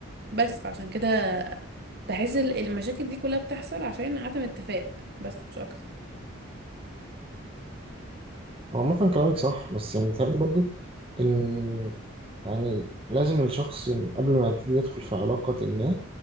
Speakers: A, on the right (about 50°); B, on the right (about 25°).
A: بس فعشان كده بحس ال- المشاكل دي كلها بتحصل عشان عدم اتفاق بس مش اكتر
B: هو عامة كلامك صح بس يعني بيتهيألي برضه إن يعني لازم الشخص إن قبل ما يبتدي يدخل في علاقة ما